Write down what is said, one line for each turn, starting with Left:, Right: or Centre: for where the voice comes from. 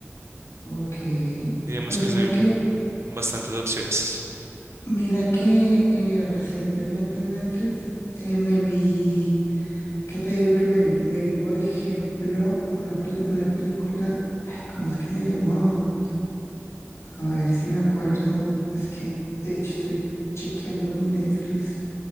Left: Ok.
Right: digamos
Left: Pues
Right: que
Left: mira
Right: soy un-
Left: que,
Right: bastantes opciones.
Left: mira que eh, recientemente en Netflix eh, me vi, ¿qué te digo que me vi? Me vi, por ejemplo, una, pel- una película, ay, ¿cómo es que se llamaba? A ver si me acuerdo. Es que, de hecho, estoy chequeando mi Netflix.